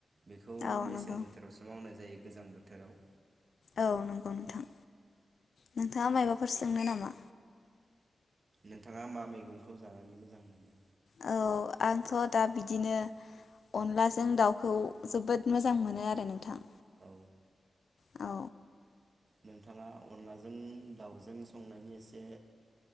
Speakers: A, on the right; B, on the left.
A: बेखौ
B: औ
A: मेसें
B: नंगौ
A: बोथोरावसो मावनाय जायो गोजां बोथोराव
B: औ नंगौ नोंथां नोंथाङा मायबाफोर सोंनो नामा
A: नोंथाङा मा मैगंखौ जानानै मोजां मोनो
B: औ आंथ दा बिदिनो अनलाजों दाउखौ जोबोद मोजां मोनो आरो नोंथां
A: औ
B: औ
A: नोंथाङा अनलाजों दाउजों संनायनि एसे